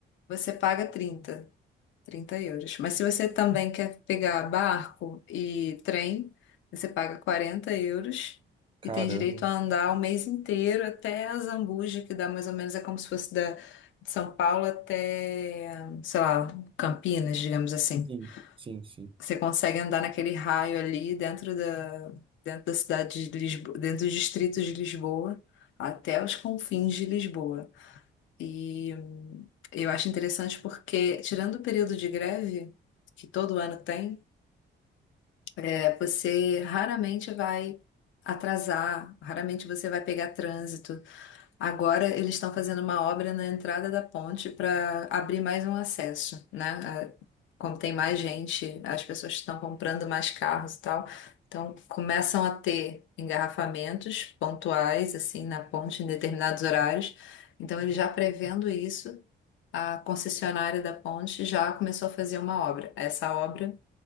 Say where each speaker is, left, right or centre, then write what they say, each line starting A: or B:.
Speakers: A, on the left; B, on the right.
A: você paga trinta trinta euros. Mas se você também quer pegar barco e trem, você paga 40 euros
B: Caramba.
A: e tem direito a andar o mês inteiro até a Zambuja, que dá mais ou menos, é como se fosse da, de São Paulo até, sei lá, Campinas, digamos assim.
B: Sim, sim, sim.
A: Você consegue andar naquele raio ali dentro da, dentro da cidade de Lisboa, dentro dos distritos de Lisboa, até os confins de Lisboa. E hum, eu acho interessante porque, tirando o período de greve, que todo ano tem, é, você raramente vai atrasar, raramente você vai pegar trânsito. Agora eles estão fazendo uma obra na entrada da ponte para abrir mais um acesso, né? A- como tem mais gente, as pessoas estão comprando mais carros e tal. Então, começam a ter engarrafamentos pontuais, assim, na ponte em determinados horários. Então, ele já prevendo isso a concessionária da ponte já começou a fazer uma obra. Essa obra